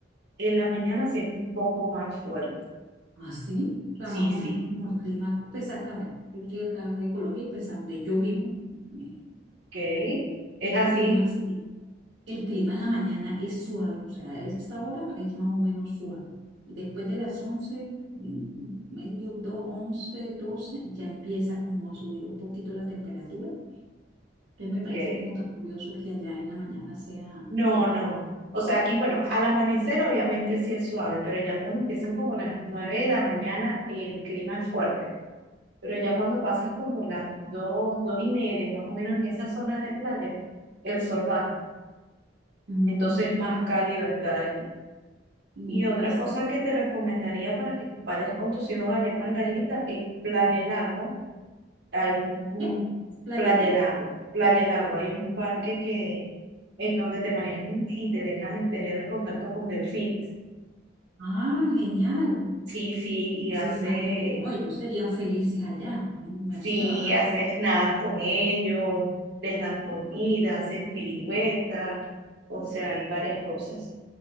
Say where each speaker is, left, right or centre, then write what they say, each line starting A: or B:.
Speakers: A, on the right; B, on the right.
A: En la mañana sí es un poco más fuerte.
B: ¿Ah, sí? O sea,
A: Sí,
B: más o
A: sí.
B: menos como el clima, pues acá, bueno, yo estoy acá de Colombia y pues a donde yo vivo, eh,
A: Ok, es
B: el
A: así,
B: clima sí El clima en la mañana es suave, o sea, a esta hora es más o menos suave. Después de las 11, mm, medio, 2, 11 12, ya empieza como a subir un poquito la temperatura. Entonces
A: ok.
B: me parece como tan curioso que allá en la mañana sea,
A: No,
B: sea más
A: no. O sea, aquí, bueno, al amanecer obviamente sí es suave, pero ya cuando empiezan como las 9 de la mañana, el clima es fuerte. Pero ya cuando pasas como las 2, 2 y media, más o menos en esas zonas de playa, el sol baja.
B: Mm,
A: Entonces es más cálido estar allí.
B: interesante.
A: Y otra cosa que te recomendaría para que vayas con tus hijos allá en Margarita es Playa El Agua, hay un, un
B: ¿Qué? ¿Playa
A: playa
B: qué?
A: helado, playa helado, hay un parque que es donde te manejan y te dejan tener el contacto con delfines.
B: Ah, genial.
A: Sí, sí, y
B: Sí,
A: hace,
B: imagínate, no, ellos serían felices allá. Me- Eso
A: sí,
B: me van a...
A: haces nadas con ellos, les das comida, hacen piruetas, o sea, hay varias cosas.